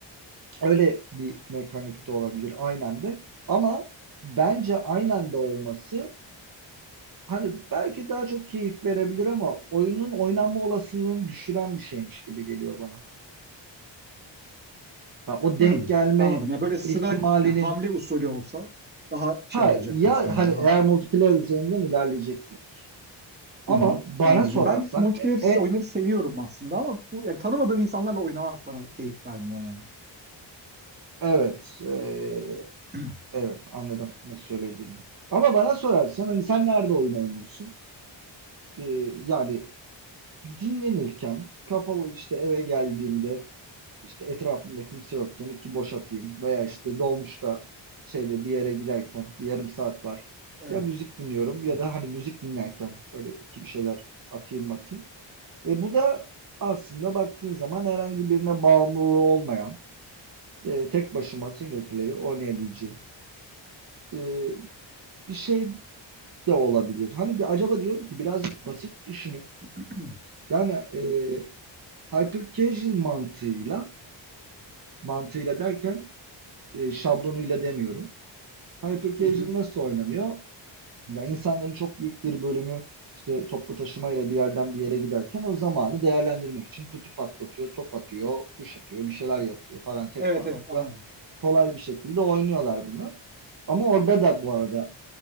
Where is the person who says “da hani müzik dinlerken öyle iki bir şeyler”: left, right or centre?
Right